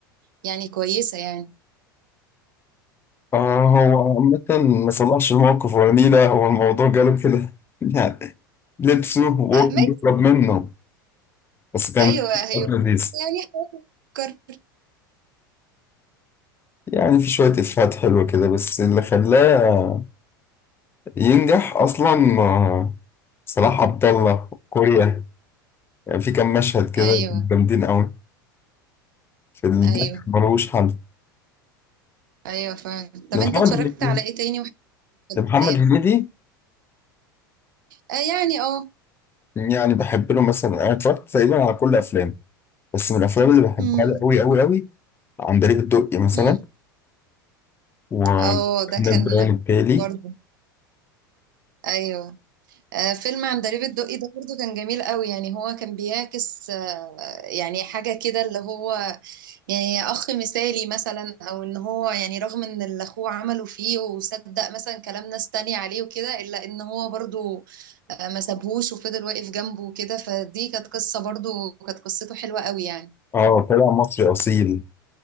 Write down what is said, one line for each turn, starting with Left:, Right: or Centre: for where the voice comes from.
Right: يعني كويسة يعني
Left: اه هو عامة ما صلحش الموقف ولا نيلة هو الموضوع جاله كده <laughs> يعني لبسه وهو
Right: آه ماشي
Left: كان بيهرب منه بس كان
Right: ايوه ايوه
Left: كان لذيذ
Right: يعني فكر
Left: يعني في شوية إفيهات حلوة كده بس اللي خلاه ينجح أصلا آه، صلاح عبد الله كوريا يعني في كام مشهد كده
Right: ايوه
Left: كانوا جامدين أوي في الضحك
Right: ايوه
Left: ملوش حل
Right: ايوه فعلا
Left: لمحمد
Right: طب انت اتفرجت
Left: هنيدي
Right: على ايه تاني وحبيت الافلام
Left: لمحمد هنيدي
Right: آه يعني اه
Left: يعني بحب له مثلا أنا اتفرجت تقريبا على كل أفلامه بس من الأفلام اللي بحبها
Right: مم،
Left: له أوي أوي أوي عندليب الدقي مثلا
Right: مم.
Left: وكان
Right: اه ده كان
Left: البيان التالي
Right: برضه ايوه آه، فيلم عندليب الدقي ده برضو كان جميل قوي يعني هو كان بيعكس آه، يعني حاجة كده اللي هو يعني أخ مثالي مثلا أو إن هو يعني رغم إن اللي أخوه عمله فيه وصدق مثلا كلام ناس تانية عليه وكده إلا إن هو برضو آه، ما سابهوش وفضل واقف جنبه وكده فدي كانت قصة برضو كانت قصته حلوة قوي يعني
Left: اه طلع مصري اصيل